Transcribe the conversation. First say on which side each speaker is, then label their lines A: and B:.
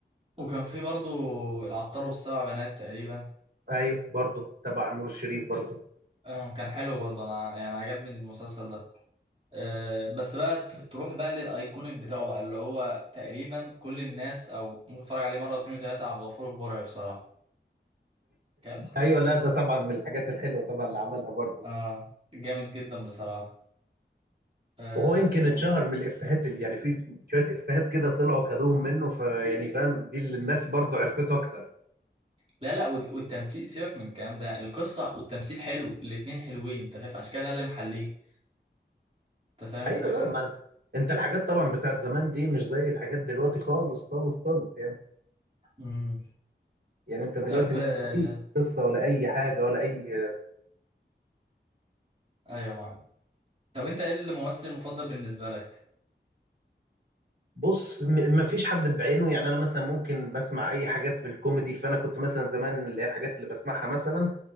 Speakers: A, on the right; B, on the right.
A: وكان في برضو العطار والسبع بنات تقريبا
B: ايوه برضه تبع نور الشريف برضه
A: آه، كان حلو برضه انا يعني عجبني المسلسل ده أه بس بقى ت- تروح بقى للايكونيك بتاعه بقى اللي هو تقريبا كل الناس او ممكن تتفرج عليه مره واتنين وتلاته عبد الغفور البرعي بصراحه كانت
B: ايوه لا ده طبعا من الحاجات الحلوه طبعا اللي عملها برضه
A: اه جامد جدا بصراحه أه
B: وهو يمكن اتشهر من الافيهات اللي يعني في شويه افيهات كده طلعوا خدوهم منه فيعني فاهم دي اللي الناس برضه عرفته اكتر
A: لا لا وال- والتمثيل سيبك من الكلام ده القصه والتمثيل حلو الاتنين حلوين انت فاهم عشان كده ده اللي محليه انت فاهم
B: ايوه
A: الفكره
B: لا ما انت انت الحاجات طبعا بتاعت زمان دي مش زي الحاجات دلوقتي خالص خالص خالص يعني
A: امم
B: يعني انت دلوقتي
A: طب
B: ما
A: آه،
B: تلاقيش قصه ولا اي حاجه ولا اي
A: ايوه معاك طب انت ايه الممثل المفضل بالنسبه لك
B: بص م- ما فيش حد بعينه يعني انا مثلا ممكن بسمع اي حاجات في الكوميدي فانا كنت مثلا زمان اللي هي الحاجات اللي بسمعها مثلا